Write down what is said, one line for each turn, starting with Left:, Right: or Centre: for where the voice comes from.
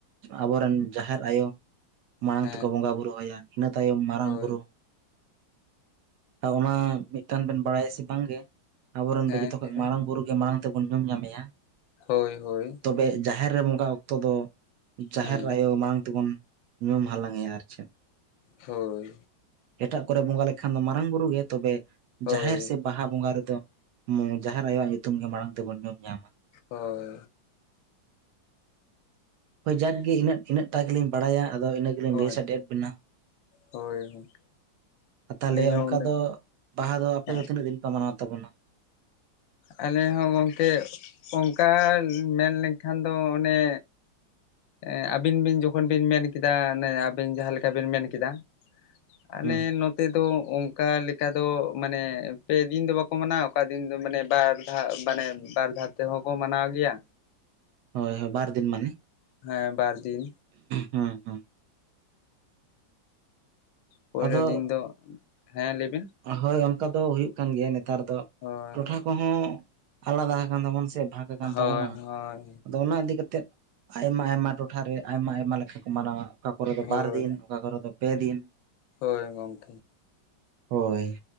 Right: ᱟᱵᱚᱨᱮᱱ ᱡᱟᱦᱮᱨ ᱟᱭᱳ ᱢᱟᱲᱟᱝ
Left: ᱦᱮᱸ
Right: ᱛᱮᱠᱚ ᱵᱚᱸᱜᱟ ᱵᱩᱨᱩ ᱦᱟᱭᱟ᱾ ᱤᱱᱟᱹ ᱛᱟᱭᱚᱢ ᱢᱟᱨᱟᱝ
Left: ᱦᱳᱭ
Right: ᱵᱩᱨᱩ ᱟᱨ ᱚᱱᱟ ᱢᱤᱫᱴᱟᱱ ᱵᱮᱱ ᱵᱟᱲᱟᱭᱟ ᱥᱮ ᱵᱟᱝᱜᱮ? ᱟᱵᱚᱨᱮᱱ
Left: ᱦᱮᱸ
Right: ᱫᱚ ᱡᱚᱛᱚᱠᱷᱚᱡ
Left: ᱞᱟᱹᱭᱵᱮᱱ
Right: ᱢᱟᱨᱟᱝ ᱵᱩᱨᱩ ᱜᱮ ᱢᱟᱲᱟᱝ ᱛᱮᱵᱚᱱ ᱧᱩᱢ ᱧᱟᱢᱮᱭᱟ᱾
Left: ᱦᱳᱭ ᱦᱳᱭ
Right: ᱛᱚᱵᱮ ᱡᱟᱦᱮᱨ ᱨᱮ ᱵᱚᱸᱜᱟ ᱚᱠᱛᱚ ᱫᱚ ᱡᱟᱦᱮᱨ
Left: ᱦᱮᱸ
Right: ᱟᱭᱚ ᱢᱟᱲᱟᱝ ᱛᱮᱵᱚᱱ ᱧᱩᱢ ᱦᱟᱞᱟᱝ ᱮᱭᱟ ᱟᱨ ᱪᱮᱫ
Left: ᱦᱳᱭ
Right: ᱮᱴᱟᱜ ᱠᱚᱨᱮ ᱵᱚᱸᱜᱟ ᱞᱮᱠᱷᱟᱱ ᱫᱚ ᱢᱟᱨᱟᱝ ᱵᱨ ᱜᱮ ᱛᱚᱵᱮ
Left: ᱦᱳᱭ
Right: ᱡᱟᱦᱮᱨ ᱥᱮ ᱵᱟᱦᱟ ᱵᱚᱸᱜᱟ ᱨᱮᱫᱚ ᱡᱨ ᱟᱭᱚᱣᱟᱜ ᱧᱩᱛᱩᱢ ᱜᱮ ᱢᱟᱲᱟᱝ ᱛᱮᱵᱚᱱ ᱧᱩᱚᱢ ᱧᱟᱢᱟ᱾
Left: ᱦᱳᱭ
Right: ᱦᱳᱭ ᱡᱟᱠᱜᱮ ᱤᱱᱟᱹᱜ ᱤᱱᱟᱹᱜ ᱴᱟᱜ ᱜᱮᱞᱤᱧ ᱵᱟᱲᱟᱭᱟ ᱟᱫᱚ ᱤᱱᱟᱹ ᱜᱮᱞᱤᱧ
Left: ᱦᱳᱭ
Right: ᱞᱟᱹᱭ ᱥᱟᱰᱮᱭᱟᱫ ᱵᱮᱱᱟ
Left: ᱦᱳᱭ
Right: ᱛᱟᱦᱞᱮ
Left: ᱟᱹᱞᱤᱧ
Right: ᱚᱱᱠᱟ
Left: ᱦᱚᱸ
Right: ᱫᱚ ᱵᱟᱦᱟ ᱫᱚ ᱟᱯᱮ
Left: ᱦᱮᱸ
Right: ᱫᱚ ᱛᱤᱱᱟᱹᱜ ᱫᱤᱱ ᱯᱮ ᱢᱟᱱᱟᱣ ᱛᱟᱵᱚᱱᱟ?
Left: ᱟᱞᱮ ᱦᱚᱸ ᱜᱚᱝᱠᱮ ᱚᱱᱠᱟ ᱢᱮᱱ ᱞᱮᱝᱠᱷᱟᱱ ᱫᱚ ᱚᱱᱮ ᱮ ᱟᱹᱵᱤᱱ ᱵᱤᱱ ᱡᱚᱠᱷᱚᱱ ᱵᱤᱱ ᱢᱮᱱ ᱠᱮᱫᱟ ᱚᱱᱮ ᱟᱵᱤᱱ ᱡᱟᱦᱟᱸ ᱞᱮᱠᱟ ᱵᱤᱱ ᱢᱮᱱ ᱠᱮᱫᱟ ᱟᱱᱮ
Right: ᱦᱩᱸ
Left: ᱱᱚᱛᱮ ᱛᱚ ᱚᱝᱠᱟ ᱞᱮᱠᱟ ᱫᱚ ᱢᱟᱱᱮ ᱯᱮᱫᱤᱱ ᱫᱚ ᱵᱟᱠᱚ ᱢᱟᱱᱟᱣᱟ ᱚᱠᱟ ᱫᱤᱱ ᱫᱚ ᱢᱟᱱᱮ ᱵᱟᱨ ᱫᱟᱷ ᱢᱟᱱᱮ ᱵᱟᱨ ᱫᱷᱟᱨ ᱛᱮᱦᱚᱸ ᱠᱚ ᱢᱟᱱᱟᱣ ᱜᱮᱭᱟ,
Right: ᱦᱳᱭ ᱦᱳᱭ ᱵᱟᱨ ᱫᱤᱱ ᱢᱟᱱᱮ
Left: ᱦᱮᱸ ᱵᱟᱨ ᱫᱤᱱ᱾
Right: ᱦᱩᱸ ᱦᱩᱸ᱾
Left: ᱯᱳᱭᱞᱳ
Right: ᱟᱫᱚ
Left: ᱫᱤᱱ ᱫᱚ, ᱦᱮᱸ ᱞᱟᱹᱭᱵᱤᱱ᱾
Right: ᱦᱳᱭ ᱚᱱᱠᱟ ᱫᱚ ᱦᱩᱭᱩᱜ ᱠᱟᱱ ᱜᱮᱭᱟ ᱱᱮᱛᱟᱨ ᱫᱚ,
Left: ᱦᱳᱭ
Right: ᱴᱚᱴᱷᱟ ᱠᱚᱦᱚᱸ ᱟᱞᱟᱫᱟ ᱠᱟᱱ ᱛᱟᱵᱚᱱᱟ ᱥᱮ ᱵᱷᱟᱜᱽ ᱟᱠᱟᱱ
Left: ᱦᱳᱭ
Right: ᱛᱟᱵᱚᱱᱟ,
Left: ᱦᱳᱭ
Right: ᱟᱫᱚ ᱚᱱᱟ ᱤᱫᱤ ᱠᱟᱛᱮᱫ ᱟᱭᱢᱟ ᱟᱭᱢᱟ ᱴᱚᱴᱷᱟ ᱨᱮ ᱟᱭᱢᱟ ᱟᱭᱢᱟ ᱞᱮᱠᱟ ᱠᱚ ᱢᱟᱱᱟᱣᱼᱟ ᱚᱠᱟ ᱠᱚᱨᱮ ᱫᱚ
Left: ᱦᱳᱭ
Right: ᱵᱟᱨ ᱫᱤᱱ ᱚᱠᱟ ᱠᱚᱨᱮ ᱫᱚ ᱯᱮ ᱫᱤᱱ
Left: ᱦᱳᱭ ᱜᱚᱝᱠᱮ,
Right: ᱦᱳᱭ᱾